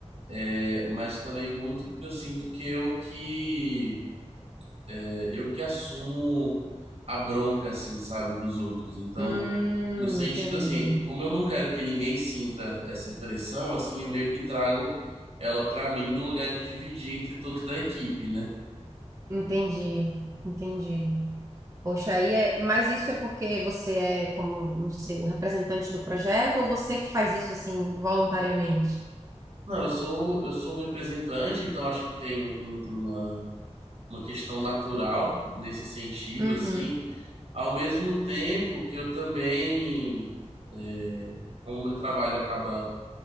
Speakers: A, on the right; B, on the right.
A: é, mas também muito porque eu sinto que eu que É, Eu que assumo a bronca, assim, sabe, dos outros. Então,
B: Hum,
A: no sentido
B: entendi.
A: assim, como eu não quero que ninguém sinta essa pressão, assim, eu meio que trago ela pra mim no lugar de dividir entre todos da equipe, né?
B: Entendi, entendi. Poxa, aí é, mas isso é porque você é como, não sei, o representante do projeto ou você que faz isso assim voluntariamente?
A: Não, eu sou eu sou representante, então acho que tem um- um- uma uma questão natural nesse sentido,
B: Uhum,
A: assim. Ao mesmo tempo que eu também, é, como meu trabalho acaba